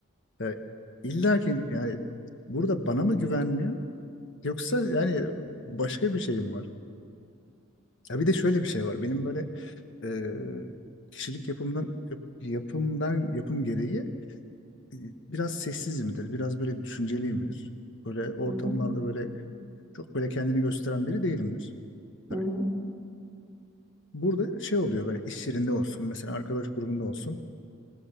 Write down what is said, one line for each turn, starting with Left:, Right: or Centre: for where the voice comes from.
Left: e, illa ki yani burada bana mı güvenmiyor yoksa yani başka bir şey mi var? Ya bir de şöyle bir şey var. Benim böyle e, kişilik yapımdan yap- yapımdan yapım gereği e, biraz sessizimdir. Biraz böyle düşünceliyimdir. Böyle ortamlarda
Right: Hı hı,
Left: böyle çok böyle kendini gösteren biri değilimdir. Tabii
Right: hı hı.
Left: Burada şey oluyor böyle iş yerinde olsun mesela arkadaş grubunda olsun.